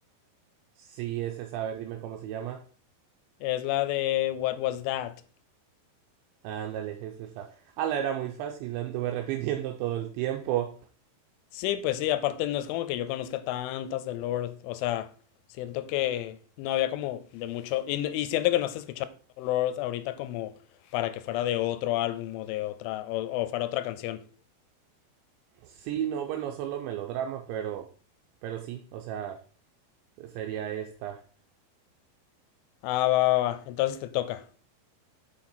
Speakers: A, on the right; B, on the left.
A: Sí, es esa. A ver, dime cómo se llama.
B: Es la de What Was That?
A: Ándale, es esa. Ah, la era muy fácil, la anduve repitiendo todo el tiempo.
B: Sí, pues sí, aparte no es como que yo conozca tantas de Lord, o sea, siento que no había como de mucho, y, no- y siento que no has escuchado Lord ahorita como para que fuera de otro álbum o de otra, o, o fuera otra canción.
A: Sí, no, bueno, solo melodrama, pero, pero sí, o sea, sería esta.
B: Ah, va, va, va, entonces te toca.